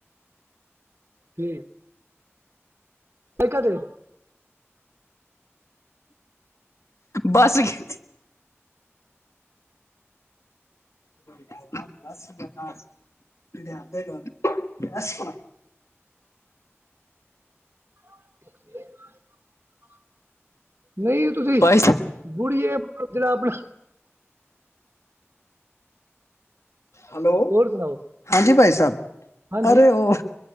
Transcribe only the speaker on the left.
ਬਸ ਗ <unintelligible>
ਭਾਈ ਸਾਹਿਬ
ਹੈਲੋ,
ਹਾਂਜੀ ਭਾਈ ਸਾਹਿਬ
ਅਰੇ ਉਹ